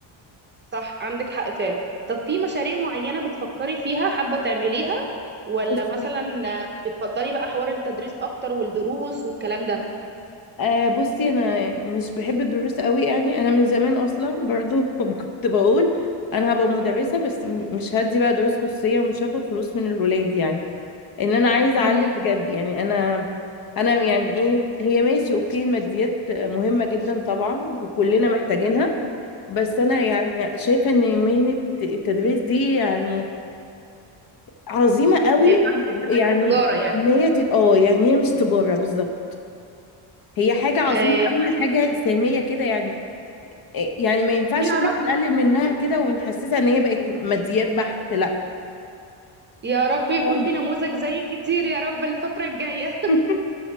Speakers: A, on the right; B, on the left.
A: صح عندك حق فعلا طب في مشاريع معينه بتفكري فيها حابه تعمليها ولا
B: بس
A: مثلا بتفضلي بقى حوار التدريس اكتر والدروس والكلام ده
B: آه بصي انا يعني مش بحب الدروس قوي يعني انا من زمان اصلا برضو <laughs> كنت بقول انا هبقى مدرسه بس م- مش هدي بقى دروس خصوصيه ومش هاخد فلوس من الولاد يعني ان انا عايزه
A: امم
B: اعلم بجد يعني انا انا يعني ايه هي ماشي اوكي الماديات مهمه جدا طبعا وكلنا محتاجينها بس انا يعني شايفه ان مهنه التدريس دي يعني عظيمه قوي
A: ما ينفعش تشتغل
B: يعني
A: كتجارة يعني
B: ان هي تت- اه يعني هي مش تجاره بالظبط هي حاجه عظيمه
A: آه لا
B: قوي حاجه ساميه كده يعني يعني ما ينفعش
A: يا
B: ان احنا
A: رب
B: نقلل منها كده ونحسسها ان هي بقت ماديات بحت لا
A: يا رب يكون
B: آه.
A: في نموذج زيك كتير يا رب الفتره الجايه
B: <laughs>